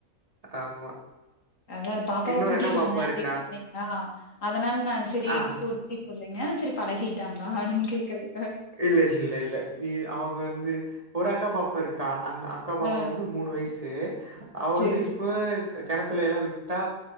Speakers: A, on the right; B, on the left.
A: ஆமா
B: அதா பாப்பாவ
A: இன்னொரு
B: கூட்டிட்டு
A: அக்கா பாப்பா
B: வந்தே அப்டின்
A: இருக்கா.
B: சொன்னீங்ளா அதனால நா சரி
A: ஆ.
B: குட் டி புள்ளைங்க சரி பழகிட்டாங்ளா அப்டின் கேக்கறது
A: இல்ல இல்ல இல்ல இ அவுங்க வந்து ஒரு அக்கா பாப்பா இருக்கா அந்த அக்கா பாப்பா
B: அ
A: வந்து மூணு வயசு அவ
B: சரி,
A: வந்து இப்ப
B: சரி.
A: கெ கெணத்துல எல்லா விட்டா